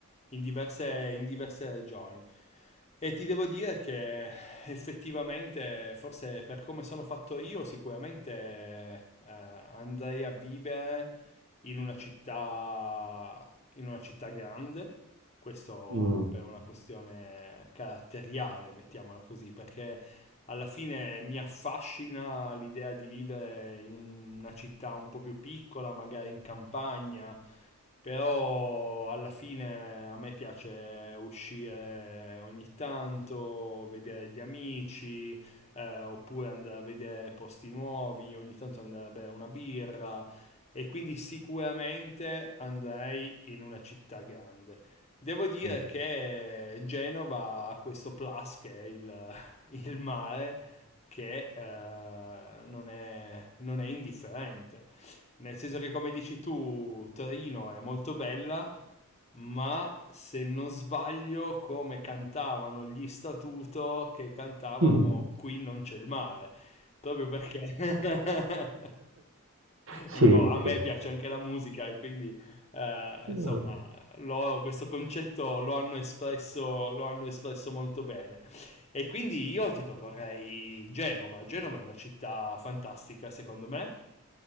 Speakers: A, on the left; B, on the right.
A: in diverse, in diverse regioni. E ti devo dire che effettivamente, forse per come sono fatto io, sicuramente eh, andrei a vivere in una città, in una città grande. Questo
B: mm.
A: è una questione caratteriale, mettiamola così, perché alla fine mi affascina l'idea di vivere in una città un po' più piccola, magari in campagna, però alla fine a me piace uscire ogni tanto, vedere gli amici, eh, oppure andare a vedere posti nuovi, ogni tanto andare a bere una birra e quindi sicuramente andrei in una città grande. Devo dire
B: <laughs> Mh.
A: che Genova ha questo plus che è il, <laughs> il mare che eh, non è, non è indifferente. Nel senso che, come dici tu, Torino è molto bella, ma se non sbaglio, come cantavano gli Statuto che cantavano
B: Mh.
A: Qui non c'è il mare, proprio perché <laughs>
B: Sì,
A: Io, a me
B: sì.
A: piace anche la musica e quindi, eh,
B: Mh,
A: insomma, lo- questo concetto lo hanno espresso, lo hanno espresso molto bene. E quindi io ti proporrei Genova. Genova è una città fantastica, secondo me.